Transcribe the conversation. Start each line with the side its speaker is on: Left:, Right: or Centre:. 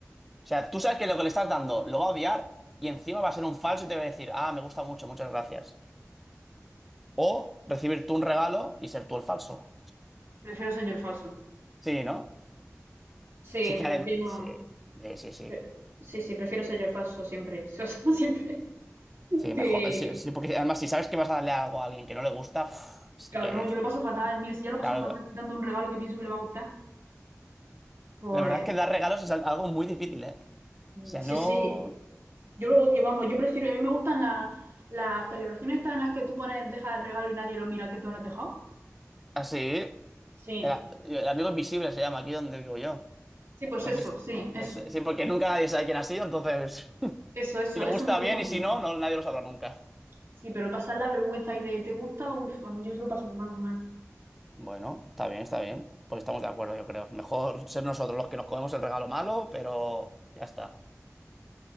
Centre: O sea, tú sabes que lo que le estás dando lo va a odiar y encima va a ser un falso y te va a decir, ah, me gusta mucho, muchas gracias. O recibir tú un regalo y ser tú el falso.
Right: Prefiero ser falso.
Centre: Sí, ¿no?
Right: Sí,
Centre: Sí que
Right: prefiero.
Centre: además, sí, sí, sí, sí,
Right: Pero- sí, sí, prefiero ser yo el falso siempre, <laughs> ser yo siempre.
Centre: Sí,
Right: Que,
Centre: mejor, sí, sí, porque además si sabes que vas a darle algo a alguien que no le gusta, uf, es
Right: claro,
Centre: que, que-
Right: no, yo lo paso fatal. Mira, si ya lo paso
Centre: claro,
Right: fatal dando un regalo que pienso que le va a gustar, pues
Centre: la verdad es que dar regalos es al- algo muy difícil, ¿eh? O
Right: mm,
Centre: sea,
Right: sí,
Centre: no,
Right: sí. Yo lo odio, vamos, yo prefiero, a mí me gustan la- las celebraciones estas en las que tú pones, dejas el regalo y nadie lo mira que tú lo has dejado.
Centre: así,
Right: Sí,
Centre: el, a- el amigo invisible se llama aquí donde vivo yo,
Right: sí, pues
Centre: ¿Lo
Right: eso,
Centre: has
Right: sí, eso,
Centre: Es- sí, porque nunca nadie sabe quién ha sido, entonces, <laughs>
Right: eso, eso,
Centre: si le
Right: eso
Centre: gusta
Right: me gusta
Centre: bien
Right: a mí.
Centre: y si no, no, nadie lo sabrá nunca.
Right: Sí, pero pasar la vergüenza y de te gusta, uff, a mí yo se lo paso mal, mal.
Centre: Bueno, está bien, está bien, pues estamos de acuerdo, yo creo, mejor ser nosotros los que nos comemos el regalo malo, pero ya está.